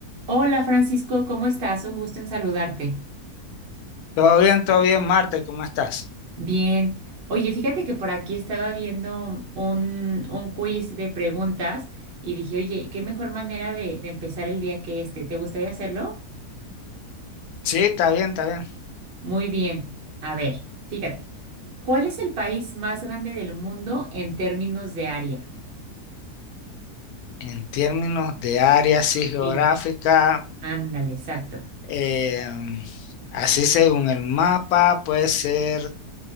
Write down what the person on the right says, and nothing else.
Hola Francisco, ¿cómo estás? Un gusto en saludarte.
Bien. Oye, fíjate que por aquí estaba viendo un, un quiz de preguntas y dije, oye, qué mejor manera de, de empezar el día que este. ¿Te gustaría hacerlo?
Muy bien. A ver, fíjate. ¿Cuál es el país más grande del mundo en términos de área?
Sí. Ándale, exacto.